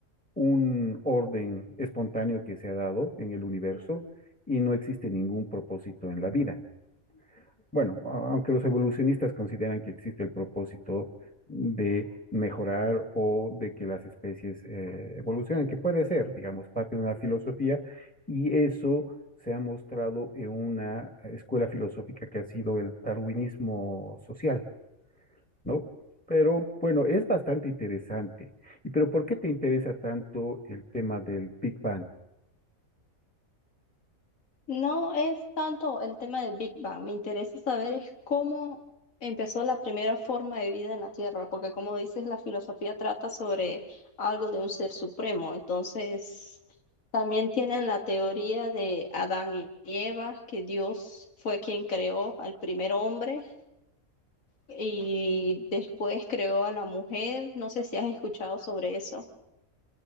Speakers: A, in the centre; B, on the left.
A: un orden espontáneo que se ha dado en el universo y no existe ningún propósito en la vida. Bueno, a- aunque los evolucionistas consideran que existe el propósito de mejorar o de que las especies eh, evolucionen, que puede ser, digamos, parte de una filosofía, y eso se ha mostrado en una escuela filosófica que ha sido el darwinismo social, ¿no? Pero bueno, es bastante interesante. ¿Y pero por qué te interesa tanto el tema del Big Bang?
B: No es tanto el tema del Big Bang, me interesa saber es cómo empezó la primera forma de vida en la Tierra, porque como dices, la filosofía trata sobre algo de un ser supremo, entonces también tienen la teoría de Adán y Eva, que Dios fue quien creó al primer hombre y después creó a la mujer, no sé si has escuchado sobre eso.